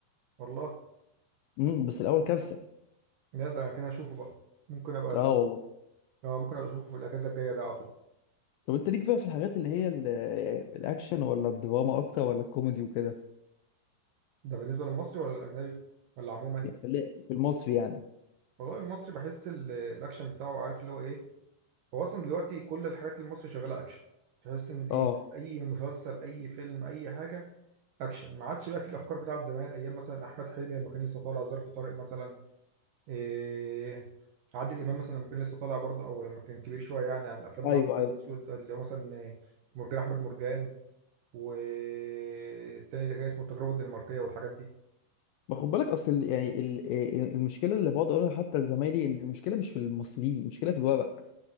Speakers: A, on the right (about 75°); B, on the left (about 85°).
A: والله
B: امم بس الأول كارثة
A: لا ده كده هشوفه بقى ممكن ابقى
B: اه
A: اشوفه
B: والله
A: اه ممكن ابقى اشوفه في الاجازه الجايه ده على طول
B: طب انت ليك بقى في الحاجات اللي هي ال- الاكشن ولا الدراما اكتر ولا الكوميدي وكده
A: ده بالنسبه للمصري ولا الاجنبي ولا عموما
B: يعني خلي- في المصري يعني
A: والله المصري بحس ال- الاكشن بتاعه عارف اللي هو ايه هو اصلا دلوقتي كل الحاجات المصري شغاله اكشن تحس ان دي
B: اه
A: اي مسلسل اي فيلم اي حاجه اكشن ما عادش بقى في الافكار بتاعت زمان ايام مثلا احمد حلمي لما كان لسه طالع ظرف طارق مثلا إيه عادل امام مثلا لما كان لسه طالع برضه او لما كان كبير شويه يعني عن الافلام
B: ايوه
A: بتاعت الابيض
B: ايوه
A: والاسود اللي هو مثلا إيه، مرجان احمد مرجان والتاني ده كان اسمه التجربه الدنماركيه والحاجات دي
B: ما خد بالك اصل ال- يعني ال- ال- المشكله اللي بقعد اقولها حتى لزمايلي ان المشكله مش في الممثلين المشكله في الورق